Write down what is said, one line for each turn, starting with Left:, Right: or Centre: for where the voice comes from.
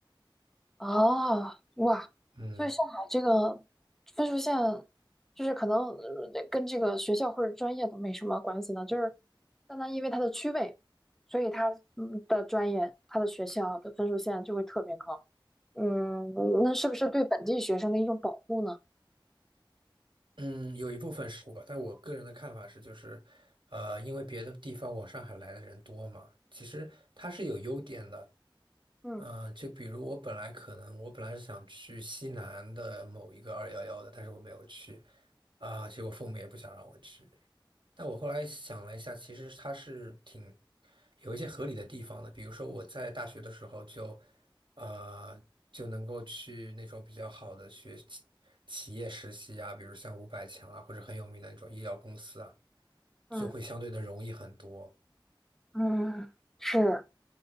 Centre: 哦，哇，
Right: 嗯
Centre: 所以上海这个分数线，就是可能呃跟这个学校或者专业都没什么关系呢，就是单单因为它的区位，所以它嗯的专业、它的学校的分数线就会特别高。嗯，那是不是对本地学生的一种保护呢？
Right: 嗯，有一部分是吧，但我个人的看法是，就是呃，因为别的地方往上海来的人多嘛，其实它是有优点的。
Centre: 嗯
Right: 嗯，呃就比如我本来可能我本来是想去西南的某一个二幺幺的，但是我没有去啊，结果父母也不想让我去。但我后来想了一下，其实它是挺有一些合理的地方的，比如说我在大学的时候就呃就能够去那种比较好的学企企业实习啊，比如像五百强啊，或者很有名的那种医药公司啊，
Centre: 嗯
Right: 就会相对的容易很多。
Centre: 嗯，嗯是。